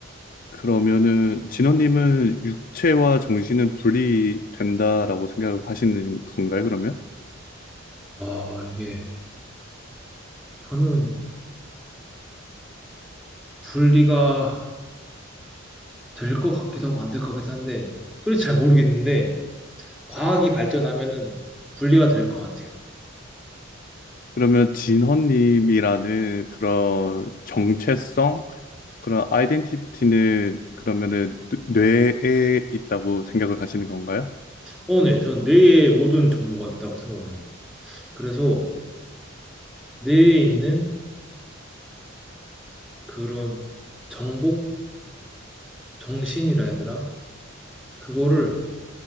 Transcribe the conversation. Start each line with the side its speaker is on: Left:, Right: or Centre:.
Left: 그러면은 진원님은 육체와 정신은 분리 된다라고 생각을 하시는 건가요, 그러면?
Centre: 아, 이게 저는 분리가 될 것 같기도 하고 안 될 것 같긴 한데 솔직히 잘 모르겠는데 과학이 발전하면은 분리가 될 것 같아요.
Left: 그러면 진헌님이라는 그런 정체성, 그런 아이덴티티는 그러면은 뇌- 뇌에 있다고 생각을 하시는 건가요?
Centre: 어네전 뇌에 모든 정보가 있다고 생각을 해요. 그래서 뇌에 있는 그런 정보? 정신이라 해야 되나? 그거를